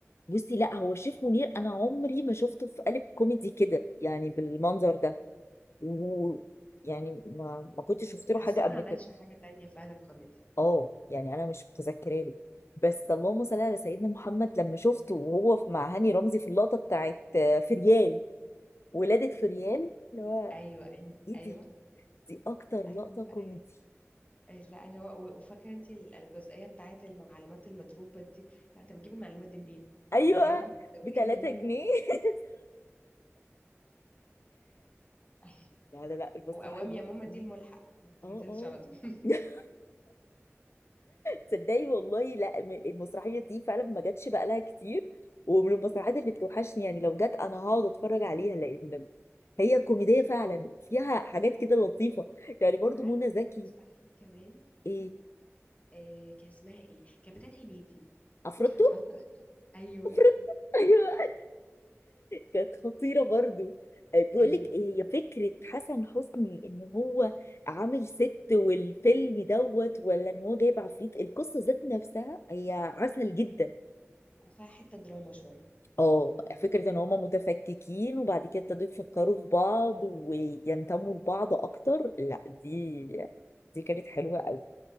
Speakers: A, on the left; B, on the left.
A: بصي لا هو شريف منير انا عمري ما شفته في قالب كوميدي كده يعني بالمنظر ده و يعني ما ما كنتش شفت
B: حاسه
A: له حاجه قبل
B: ما عملش
A: كده
B: حاجة تانية فعلا كوميدي
A: اه يعني انا مش متذكراه له بس اللهم صل على سيدنا محمد لما شفته وهو في- مع هاني رمزي في اللقطه بتاعت آه، فريال ولاده فريال اللي هو
B: ايوه ايوه
A: ايه
B: ايوه
A: دي دي اكتر لقطه
B: ايوه
A: كوميدي
B: ايوه لا اللي هو وفاكره انت الجزئيه بتاعت المعلومات المضروبه دي لا انت بتجيب المعلومات دي منين
A: ايوه
B: مجله متسوقين
A: ب 3
B: يا ماما
A: جنيه <laughs>
B: <laughs>
A: لا لا لا المسرحيات
B: واوام يا ماما
A: دي
B: دي الملحق ما بتنزلش
A: اه اه
B: على طول <laughs>
A: <laughs> تصدقي والله لا م- المسرحيه دي فعلا ما جاتش بقى لها كتير ومن المسرحيات اللي بتوحشني يعني لو جت انا هقعد اتفرج عليها لان هي كوميديه فعلا فيها حاجات كده لطيفه يعني برضو
B: عارفه
A: منى زكي
B: في مسرحيه كمان
A: ايه
B: آه كان اسمها ايه كانت بتاعت هنيدي
A: افرطتو
B: عفروتو ايوه
A: افرطتو <laughs> ايوه كانت خطيره برضو آه، بيقول
B: ايوه
A: لك ايه
B: ايوه
A: هي فكره حسن حسني ان هو عامل ست والفيلم دوت ولا ان هو جايب عفريت القصه ذات نفسها هي عسل جدا
B: وفيها حته دراما شويه
A: اه فكرة ان هما متفككين وبعد كده ابتدوا يفكروا
B: آه.
A: في بعض وينتموا لبعض اكتر لا دي دي كانت حلوة قوي